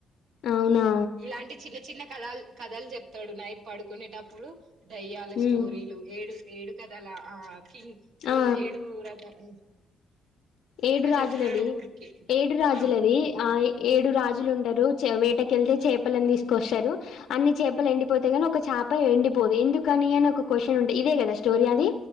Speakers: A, on the left; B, on the right.
A: అవునా?
B: ఇలాంటి చిన్న చిన్న కథాలు కథల్ చెప్తాడు నైట్ పడుకునేటప్పుడు దయ్యాల
A: హ్మ్.
B: స్టోరీలు ఏడు ఏడు కథల ఆ కింగ్
A: ఆ!
B: ఏదో ఏడు రథ <inaudible>
A: ఏడు
B: ఏదో
A: రాజులది
B: చెప్తాడు ఊరికే
A: ఏడు రాజులది
B: ఆ
A: ఆ ఏడు రాజులు ఉంటరు చే వేట కెళ్తే చేపలని తీసుకొస్తారు అన్ని చేపలెండి పోతాయి గానీ ఒక చేప ఎండిపోదు ఎందుకని అని ఒక క్వశ్చన్ ఉండే ఇదే కదా స్టోరీ అది